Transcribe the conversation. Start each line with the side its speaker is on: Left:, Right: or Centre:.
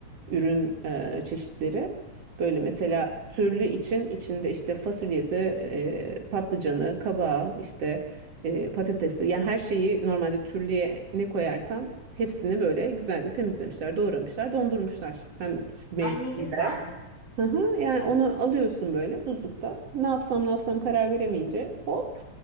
Right: Ürün e, çeşitleri. Böyle mesela
Left: Hı. hı.
Right: türlü için içinde işte fasulyesi, e, patlıcanı, kabağı, işte e, patatesi. Yani her şeyi normalde türlüye ne koyarsan hepsini böyle güzelce temizlemişler, doğramışlar, dondurmuşlar. Hem mevsiminde.
Left: Ay ne güzel
Right: Aha, yani onu alıyorsun böyle buzlukta. Ne yapsam ne yapsam karar veremeyince hop